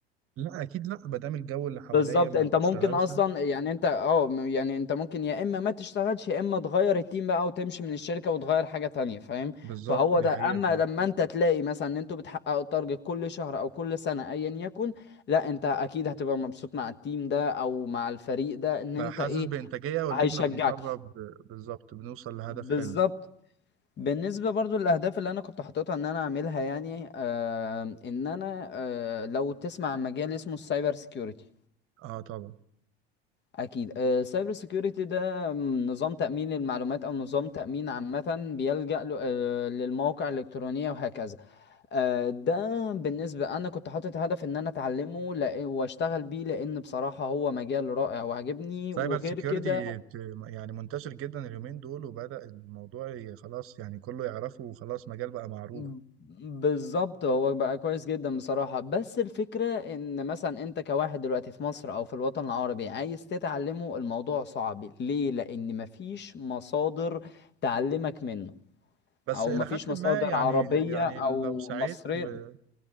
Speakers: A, on the right; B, on the left.
A: لا اكيد لا ما دام الجو اللي حواليا
B: بالظبط
A: ما
B: انت
A: بيشتغلش
B: ممكن اصلا يعني انت اه م- يعني انت ممكن يا اما ما تشتغلش يا اما تغير التيم بقى وتمشي من الشركه وتغير حاجه تانية فاهم
A: بالظبط
B: فهو
A: دي
B: ده
A: حقيقة
B: اما لما انت تلاقي مثلا ان انتوا بتحققوا التارجت كل شهر او كل سنه ايا يكن لا انت اكيد هتبقى مبسوط مع التيم ده او مع الفريق ده ان
A: فحاسس
B: انت ايه
A: بإنتاجية واللي
B: هيشجعك
A: احنا بنقرب بالظبط بنوصل لهدف
B: بالظبط
A: حلو
B: بالنسبة برضو للأهداف اللي أنا كنت حاططها إن أنا أعملها يعني آه إن أنا آه لو تسمع عن مجال اسمه السايبر سيكيورتي
A: اه طبعا
B: اكيد السايبر سيكيورتي ده م، نظام تامين المعلومات او نظام تامين عامه بيلجا له- آه، للمواقع الالكترونيه وهكذا آه، ده بالنسبه انا كنت حاطط هدف ان انا اتعلمه لأ- واشتغل بيه لان بصراحه هو مجال رائع وعجبني
A: سايبر
B: وغير
A: سيكيورتي
B: كده
A: يعني منتشر جدا اليومين دول وبدأ الموضوع ي- خلاص يعني كله يعرفه وخلاص مجال بقى معروف
B: ب- بالظبط هو بقى كويس جدا بصراحة بس الفكرة ان مثلا انت كواحد دلوقتي في مصر او في الوطن العربي عايز تتعلمه الموضوع صعب ليه لان مفيش مصادر تعلمك منه
A: بس
B: او
A: إلى
B: مفيش
A: حد
B: مصادر
A: ما يعني
B: عربية
A: يعني
B: او
A: لو سعيت
B: مصرية
A: ولو